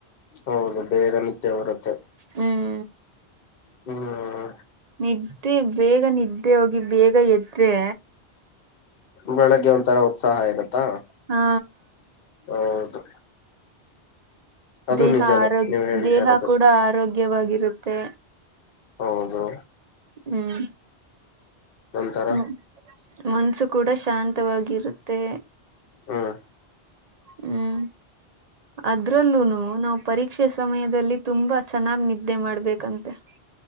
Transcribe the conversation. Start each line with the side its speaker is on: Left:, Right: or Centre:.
Left: ಹೌದು ಬೇಗ ನಿದ್ದೆ ಬರುತ್ತೆ.
Right: ಹ್ಮ್.
Left: ಹ್ಮ್.
Right: ನಿದ್ದೆ ಬೇಗ ನಿದ್ದೆ ಹೋಗಿ ಬೇಗ ಎದ್ರೆ.
Left: ಬೆಳಗ್ಗೆ ಒಂಥರ ಉತ್ಸಾಹ ಇರತ್ತಾ.
Right: ಹಾ.
Left: ಹೌದು. ಅದು
Right: ದೇಹ
Left: ನಿಜಾನೇ
Right: ಆರೋಗ್ಯ
Left: ನೀವ್ ಹೇಳ್ತಾ
Right: ದೇಹ
Left: ಇರೋದು
Right: ಕೂಡ ಆರೋಗ್ಯವಾಗಿರುತ್ತೆ.
Left: ಹೌದು.
Right: ಹ್ಮ್.
Left: ನಂತರ
Right: ಹ್ಮ ಮನ್ಸು ಕೂಡ ಶಾಂತವಾಗಿರುತ್ತೆ.
Left: ಹ್ಮ.
Right: ಹ್ಮ್. ಅದ್ರಲ್ಲೂನು ನಾವು ಪರೀಕ್ಷೆ ಸಮಯದಲ್ಲಿ ತುಂಬಾ ಚೆನ್ನಾಗಿ ನಿದ್ದೆ ಮಾಡ್ಬೇಕಂತೆ. <inaudible>